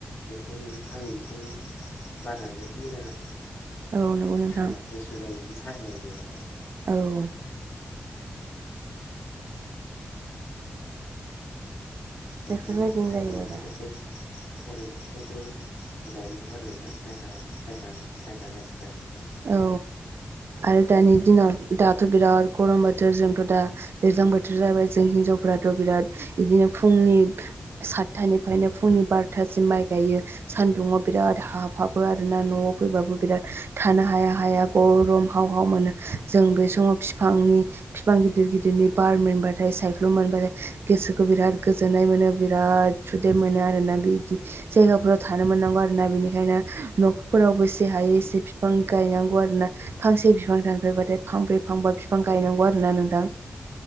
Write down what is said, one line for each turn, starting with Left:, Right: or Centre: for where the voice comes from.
Left: बेसोर माने फांनै बिफांनि बारा जोबोद मोजां आरो।
Right: औ नंगौ नोंथां
Left: थान्दा गुसु जायो इनि सायहायाव जिरायबा।
Right: औ
Left: ओंखायनो
Right: बेफोरबायदिनो
Left: सायख'
Right: जायो
Left: दंफांफोरखौ
Right: आरो
Left: सायखं दंफांफोरखौ गायनांगौ आरो नोंथां सायहाया सायहा सायहा जासो गारो नोंथां।
Right: औ आरो दानि दिनाव दाथ' बिराद गरम बोथोर जोंथ' दा दैज्लां बोथोर जाबाय जों हिनजावफ्राथ' बिराद इदिनो फुंनि सातथानिफायनो फुंनि बार'थासिम माइ गायो। सानदुङाव बिराद हाबहाबो आरोना न'आव फैबाबो बिराद थानो हाया हाया गरम हाव हाव मोनो जों बे समाव फिफांनि फिफां गिदिर गिदिरनि बार मोनबाथाय सायख्लुम मोनबाथाय गोसोखौ बिराद गोजोननाय मोनो बिराद सुदेम मोनो आरोना बिदि जायगाफोराव थानो मोननांगौ आरोना बिनिखायनो न'खरफोराव बोसे हायो एसे फि बां गायनांगौ आरो ना फांसे बिफां दानफायबाथाय फांब्रै फांबा बिफां गायनांगौ आरो ना नोंथां।